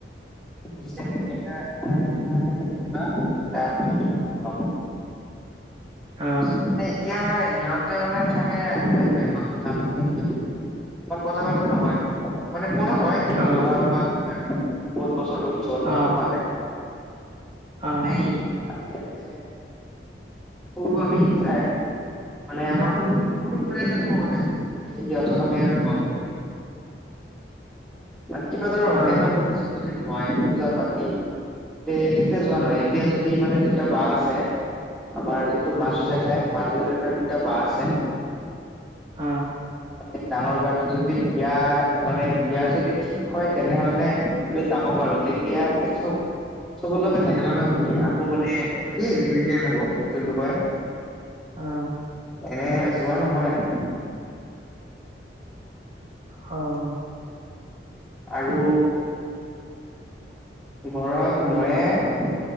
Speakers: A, in the centre; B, on the right (about 35°).
A: পিছে এটা এটা জেঠাই ঢুকাল এটা পেহী ঢুকাল অ
B: অ
A: পিছত মানে এতিয়া ইহঁতে মানে থাকে ৱেষ্ট বেংগলত আমাৰ ইয়াত নহয় ইমান কথা-পাতি নহয় মানে ফোনত হয় যোৱা
B: অ
A: ধোৱা নহয় আৰু বহুত বছৰ হ'ল যোৱা ধোৱা
B: অ
A: হোৱা নাই
B: অ'।
A: এনে আমি ইয়াতে উম। <unintelligible> মানে আমাৰ সৰু, সৰু পৰিয়ালয়ে কব গ'লে, এতিয়া ইঁহতক আমি আৰু নথ মানে কিবা ধৰা অকেচন
B: অ
A: টোকেচন যদি হ'য়, পূজা- পাতি তে তেতিয়া যোৱা নাই এতিয়া যদি মানে দুটা বাঁ আছে। আমাৰ যিটো মাজু জেঠাই, মাজু জেঠাৰ দুটা বাঁ আছে।
B: অ'।
A: এ ডাঙৰ বাটো যদি বিয়া মানে বিয়া যদি ঠিক হ'য়, তেনেহ'লে আমি যাব পাৰো, তেতিয়া মানে চব চবৰ লগে একেলগে মিলি আকৌ মানে, এইটো কি ৰিইউনিয়ন হ'ব যোনটো কয়।
B: অ'।
A: এনে যোৱা নহয়।
B: অ'।
A: আৰু ঘৰত ময়ে,